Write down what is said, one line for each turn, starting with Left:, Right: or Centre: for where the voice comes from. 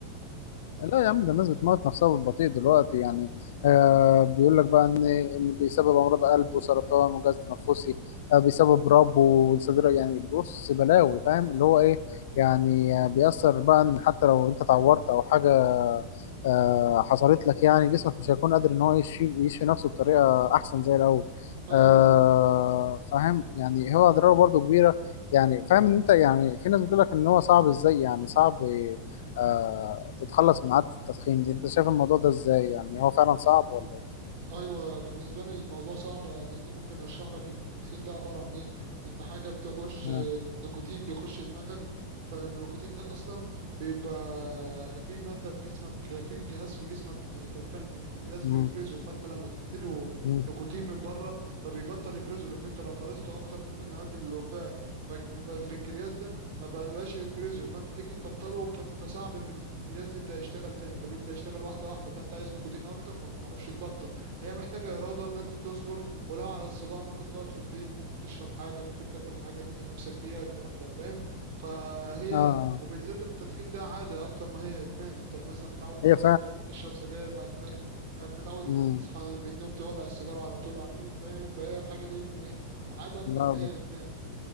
Left: لا يا عم ده الناس بتموت نفسها بالبطيء دلوقتي يعني آه بيقول لك بقى ان إن بيسبب امراض قلب وسرطان وجهاز تنفسي آه بيسبب رب وصدر يعني بص بلاوي فاهم اللي هو ايه يعني آه، بيأثر بقى ان حتى لو انت اتعورت او حاجه آه حصلت لك يعني جسمك مش هيكون قادر ان هو يشفي يشفي نفسه بطريقه احسن زي الاول
Right: ايوه
Left: آه
Right: بالظبط
Left: فاهم يعني هو اضراره برضو كبيره يعني فاهم ان انت يعني في ناس بتقول لك ان هو صعب ازاي يعني صعب آه تتخلص من عادة التدخين دي انت شايف الموضوع ده ازاي يعني هو فعلا صعب ولا ايه؟
Right: ايوه بالنسبه لي الموضوع صعب لان ممكن اشرح لك التدخين ده عباره عن ايه ان حاجه بتخش
Left: اه
Right: نيكوتين بيخش دماغك فالنيكوتين ده اصلا بيبقى في ماده في جسمك في جهاز في جسمك تقريبا البنكرياس
Left: مم.
Right: بيفرزه فانت لما تديله
Left: مم.
Right: نيكوتين من بره فبيبطل يفرزه لان انت لو فرزته اكتر ممكن يؤدي للوفاه ف- فالبنكرياس ده ما بقاش يفرزه فانت تيجي تبطله فانت صعب ان البنكرياس يبدا يشتغل تاني فبيبدا يشتغل واحده واحده فانت عايز نيكوتين اكتر فما بتعرفش تبطل هي محتاجة إرادة إن أنت تصبر ولو على الصداع ممكن تقعد في البيت ممكن تشرب حاجة ممكن تاكل حاجة تلهي نفسك بيها الكلام ده فاهم فهي
Left: آه.
Right: وبالذات التدخين ده عادة أكتر ما هي إدمان أنت مثلا متعود تخلص
Left: هي
Right: أكل تشرب سجاير بعد الأكل آه، متعود إنك
Left: فعلا
Right: تصحى من النوم تولع السيجارة على طول على الريق فاهم فهي الحاجة دي ما إيه عادة أكتر
Left: لا
Right: ما
Left: بت...
Right: هي إدمان